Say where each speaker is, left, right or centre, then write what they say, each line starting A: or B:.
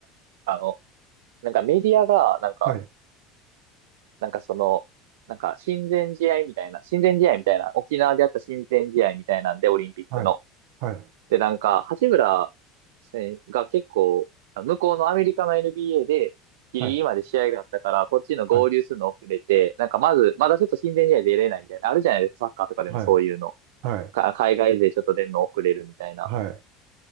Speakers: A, on the right (about 80°); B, on the right (about 70°).
A: あの、なんかメディアが、なんか、
B: はい。
A: なんかその、なんか親善試合みたいな、親善試合みたいな、沖縄であった親善試合みたいなんで、オリンピックの。
B: はい。はい。
A: で、なんか、八村選手が結構、向こうのアメリカの NBA で、ギリギリまで試合があったから、
B: は
A: こっちの合流するの遅れて、
B: い。
A: なんかまず、まだちょっと親善試合出れないみたいな、あるじゃないですか、サッカーとかでもそういうの。
B: はい。はい。はい。はい
A: か海外勢ちょっと出るの遅れるみたいな。
B: はい。